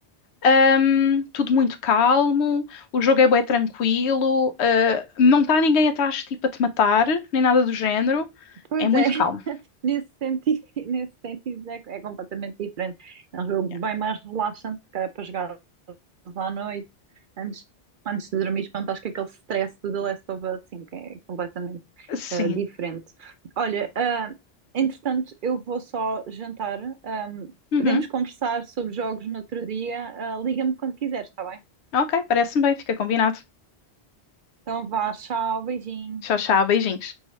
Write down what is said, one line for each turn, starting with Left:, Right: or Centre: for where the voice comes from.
Left: hum, tudo muito calmo, o jogo é bué tranquilo, ah, não está ninguém atrás tipo a te matar, nem nada do género,
Right: Pois
Left: é muito
Right: é,
Left: calmo.
Right: nesse sentido, <laughs> nesse sentido é, é completamente diferente. É um jogo
Left: Yeah.
Right: bem mais relaxante, porque é para jogar à noite, antes, antes de dormir, pronto, acho que aquele stress do The Last of Us, assim, que é completamente
Left: Sim.
Right: eh, diferente. Olha, ah, entretanto, eu vou só jantar. ahm,
Left: Uhum.
Right: podemos conversar sobre jogos no outro dia. Ah, liga-me quando quiseres, está bem?
Left: Ok, parece-me bem, fica combinado.
Right: Então vá, tchau, beijinhos.
Left: Tchau, tchau, beijinhos.